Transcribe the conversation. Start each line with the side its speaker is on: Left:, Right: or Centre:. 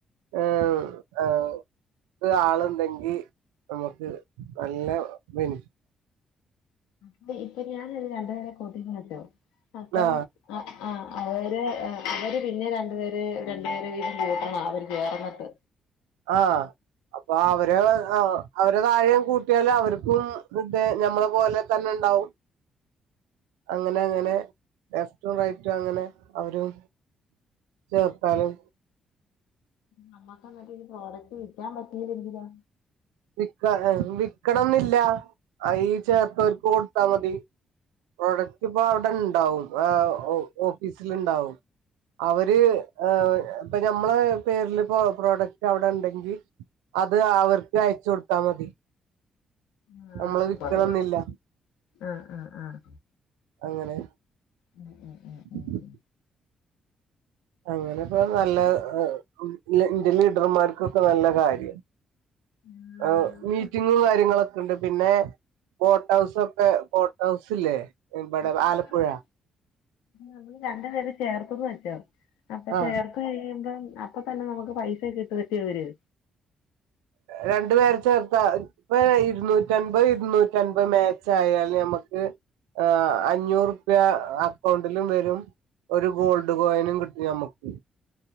Right: ഏഹ് ആഹ് ഒരു ആളുണ്ടെങ്കി നമുക്ക് നല്ല ബെനി
Left: ഇതി ഇപ്പോ ഞാനൊരു രണ്ടുപേരെ കുട്ടിന്ന് വച്ചോ അപ്പം
Right: ആ
Left: ആഹ് ആഹ് അവര് അവര് പിന്നെ രണ്ടുപേര് രണ്ടുപേരെ വീതം കൂട്ടണം അവ ചേർന്നട്ട്
Right: ആഹ് അപ്പൊ അവര് അവരെ താഴെ കൂട്ടിയാല് അവർക്കും ഞമ്മളെ പോലെ തന്നെ ഉണ്ടാവും. അങ്ങനെ അങ്ങനെ ലെഫ്റ്റും റൈറ്റും അങ്ങനെ അവരും. ചേർത്താല്
Left: നമ്മക്ക് അന്ന്ട്ട് ഈ പ്രോഡക്ട് വിക്കാം പറ്റീല്ലെങ്കിലോ?
Right: വിക്ക എഹ് വിക്കണംന്നില്ല അയ്‌ല് ചേർത്തോര്ക്ക് കൊട്ത്താ മതി. പ്രൊഡക്റ്റ് പ്പ അവടെണ്ടാവും ആ ഓ ഓഫീസില്ണ്ടാവും. അവര് ഏഹ് ഇപ്പ ഞമ്മള് പേരില് പ്പൊ പ്രോഡക്റ്റ് അവടെണ്ടെങ്കി അത് അവർക്ക് അയച്ചോട്ത്താ മതി.
Left: ആഹ്
Right: നമ്മള് വിക്കണന്നില്ല.
Left: കൊള്ളാം. ആഹ് ആഹ് ആഹ്
Right: അങ്ങനെ
Left: ഉം ഉം ഉം
Right: <inaudible>
Left: ഉം
Right: അങ്ങനെപ്പോ നല്ല എഹ് എഹ് ലെ ഇൻ്റെ ലീഡർമാർക്കൊക്കെ നല്ല കാര്യാ.
Left: ആ,
Right: ആഹ് മീറ്റിങ്ങും കാര്യങ്ങളൊക്കെണ്ട് പിന്നെ ബോട്ടൗസൊക്കെ ബോട്ടൗസിലേ ഇബടെ
Left: അപ്പൊ ഞാൻ
Right: ആലപ്പുഴ
Left: പറയട്ടെ നമ്മള് രണ്ടു പേരെ ചേർത്ത്ന്ന് വെച്ചോ അപ്പൊ
Right: ആഹ്
Left: ചേർ ത്തയുമ്പം അപ്പൊ തന്നെ നമുക്ക് പൈസ കിട്ട് <unintelligible> വര്.
Right: രണ്ട് പേരെ ചേർത്താ ഇപ്പൊ ഇര്ന്നൂറ്റൻപത് ഇര്ന്നൂറ്റൻപത് മാച്ചായാലമ്മക്ക്. ആഹ് അഞ്ഞൂറുപ്യ അക്കൗണ്ടിലും വെരും ഒരു ഗോൾഡ് കോയിനും കിട്ടും ഞമ്മക്ക്.